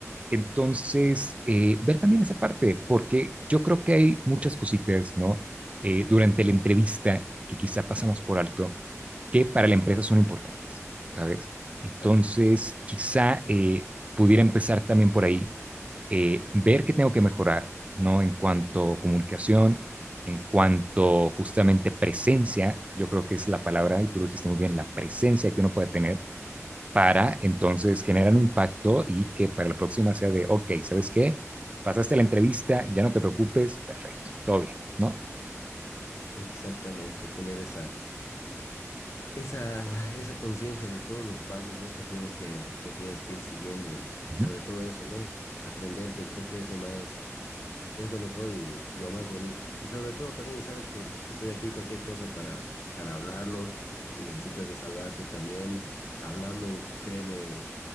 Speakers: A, on the right; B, on the left.
A: Entonces, eh, ver también esa parte, porque yo creo que hay muchas cositas, ¿no? Eh, durante la entrevista que quizá pasamos por alto, que para la empresa son importantes, ¿sabes?
B: Exacto.
A: Entonces, quizá eh, pudiera empezar también por ahí, eh, ver qué tengo que mejorar, ¿no? En cuanto a comunicación, en cuanto justamente presencia, yo creo que es la palabra, y tú lo dijiste muy bien, la presencia que uno puede tener para entonces generar un impacto y que para la próxima sea de, ok, ¿sabes qué? Pasaste la entrevista, ya no te preocupes, perfecto, todo bien, ¿no?
B: Exactamente, tener esa, esa, esa conciencia de todos los pasos, ¿no? que tienes que, que, tienes que ir siguiendo y,
A: Uh
B: y sobre
A: -huh.
B: todo eso, ¿no? aprender que creo que es lo más, Es lo mejor y, y lo más bonito. Y sobre todo también sabes que estoy aquí cualquier cosa para, para hablarlo. Si necesitas desahogarte también, hablarlo, créeme,